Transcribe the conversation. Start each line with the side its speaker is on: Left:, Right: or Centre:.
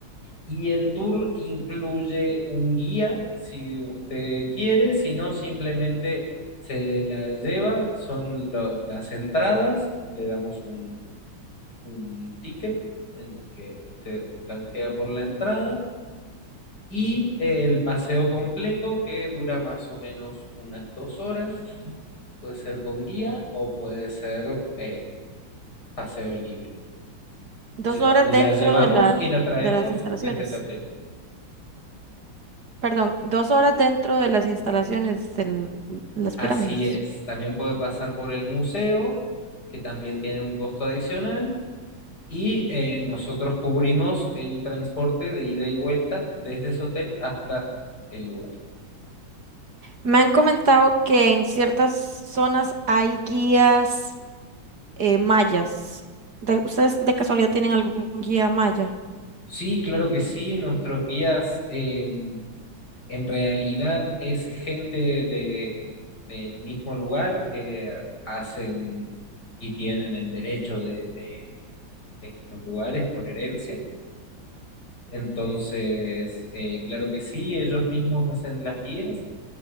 Left: Y el tour incluye un guía, si usted quiere, si no, simplemente se la lleva, son lo- las entradas, le damos un, un ticket en el que usted canjea por la entrada Y eh, el paseo completo que dura más o menos unas dos horas, puede ser con guía o puede ser eh, paseo libre.
Right: Dos
Left: Lleva-
Right: horas
Left: la
Right: dentro
Left: llevamos
Right: de la,
Left: y la traemos
Right: de las instalaciones.
Left: desde el hotel.
Right: Perdón, dos horas dentro de las instalaciones de las
Left: Así
Right: pirámides.
Left: es, también puede pasar por el museo, que también tiene un costo adicional, y eh, nosotros cubrimos el transporte de ida y vuelta desde su hotel hasta el lugar.
Right: Me han comentado que en ciertas zonas hay guías eh, mayas. De- ¿ustedes de casualidad tienen algún guía maya?
Left: Sí, claro que sí, nuestros guías... em, En realidad es gente de, del mismo lugar que hacen y tienen el derecho de, de- de estos lugares por herencia. Entonces, eh, claro que sí, ellos mismos hacen las guías